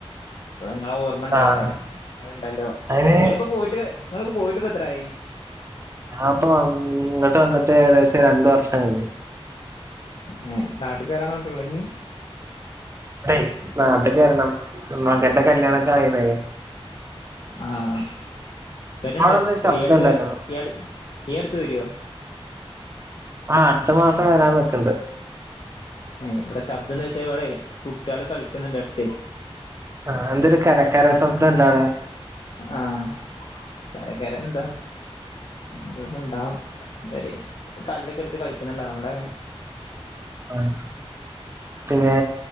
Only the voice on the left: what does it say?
നിങ്ങളെ ഓർമ്മ ണ്ടായത
അവിടെ നിങ്ങ ഉണ്ടല്ലോ
നിങ്ങളിപ്പോ പോയിട്ട് നിങ്ങളിപ്പോ പോയിട്ട് ഇപ്പോ എത്രായി?
ഉം നാട്ടുക് വരാൻ നോക്കുണ്ടോ നീ.
ആഹ് വരുന്നുണ്ടോ
പൊ
ഈ അടുത്ത്
ഈ ഈ അടുത്ത് വരോ?
ഇവിടെ ശബ്ദം എന്താ വച്ചാ ഇവിടെ കുട്ടികള് കളിക്കുന്നുണ്ട് അടുത്ത്.
ആഹ് കര കര എന്താ എന്തേലുംണ്ടാവും. ഇവരയ് കല്ല്ക്കെ എടുത്ത് കളിക്കുന്നുണ്ട അതുകൊണ്ട